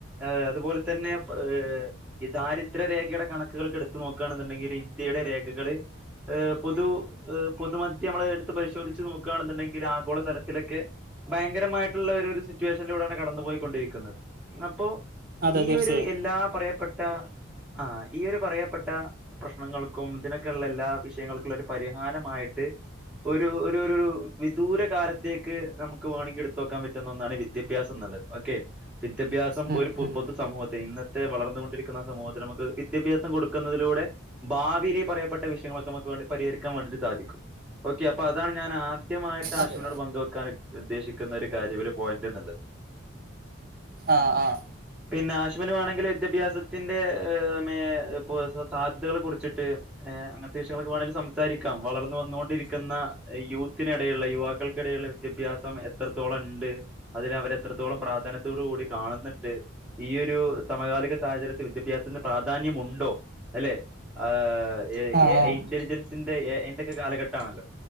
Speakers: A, in the centre; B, on the right.
A: ഏഹ് അതുപോലെ തന്നെ ഏഹ് ഈ ദാരിദ്ര്യരേഖയുടെ കണക്ക് കണക്കുകൾ ഒക്കെ എടുത്തു നോക്കുകയാണെന്നുണ്ടെങ്കില് ഇന്ത്യയുടെ രേഖകള് ഏഹ് പൊതു പൊതുമധ്യ നമ്മള് കുതിച്ചു നോക്കാണെന്നുണ്ടെങ്കിൽ ആഗോള തലത്തിലൊക്കെ ഭയങ്കരമായിട്ടുള്ള ഒരു ഒരു സിറ്റുവേഷനിലൂടെയാണ് കടന്നു പോയിക്കൊണ്ടിരിക്കുന്നത് അപ്പോ
B: അതെ
A: ഈ
B: തീർച്ചയായും
A: ഒരു എല്ലാ പറയപ്പെട്ട ആഹ് ഈ ഒരു പറയപ്പെട്ട പ്രശ്നങ്ങൾക്കും ഇതിനൊക്കെയുള്ള എല്ലാ വിഷയങ്ങൾക്കും ഉള്ള ഒരു പരിഹാരമായിട്ട് ഒരു ഒരു ഒരു വിദൂര കാലത്തേക്ക് നമുക്ക് വേണെങ്കില് എടുത്ത് നോക്കാൻ പറ്റുന്ന ഒന്നാണ് വിദ്യാഭ്യാസം ന്നുള്ളത് ഓക്കെ വിദ്യാഭ്യാസം
B: ഉം,
A: ഒരു പൊതു
B: ഉം.
A: പൊതുസമൂഹത്തെ ഇന്നത്തെ വളർന്നു കൊണ്ടിരിക്കുന്ന സമൂഹത്തിൽ നമുക്ക് വിദ്യാഭ്യാസം കൊടുക്കുന്നതിലൂടെ ഭാവിയില് ഈ പറയപ്പെട്ട വിഷയങ്ങളൊക്കെ നമുക്ക് വേണ്ടി പരിഹരിക്കാൻ വേണ്ടിട്ട് സാധിക്കും ഓക്കെ അപ്പൊ അതാണ് ഞാൻ ആദ്യമായിട്ട് ഹാഷിമിനോട്
B: അതെ
A: പങ്കുവെക്കാൻ ഉദ്ദേശിക്കുന്ന ഒരു കാര്യം ഒരു പോയിന്റ് എന്നുള്ളത്
B: ആഹ് ആഹ്
A: പിന്നെ ഹാഷിമിന് വേണെങ്കിൽ വിദ്യാഭ്യാസത്തിന്റെ ഏഹ് മേ ഇപ്പൊ സാധ്യതകളെ കുറിച്ചിട്ട് ഏഹ് അങ്ങനത്തെ വിഷയങ്ങളൊക്കെ വേണങ്കിൽ സംസാരിക്കാം വളർന്ന് വന്നു കൊണ്ടിരി ക്കുന്ന യൂത്തിനിടയുള്ള യുവാക്കൾക്കിടയിലുള്ള വിദ്യാഭ്യാസം എത്രത്തോളം ഇണ്ട് അതിനെ അവര് എത്രത്തോളം പ്രാധാന്യത്തോടു കൂടി കാണുന്നുണ്ട് ഈയൊരു സമകാലിക സാഹചര്യത്തിൽ വിദ്യാഭ്യാസത്തിന് പ്രാധാന്യമുണ്ടോ അല്ലെ ആഹ് എ
B: ആ ആ
A: ഐ ഇന്റലിജൻസിന്റെ എ ഐന്റെയൊക്കെ കാലഘട്ടാണല്ലോ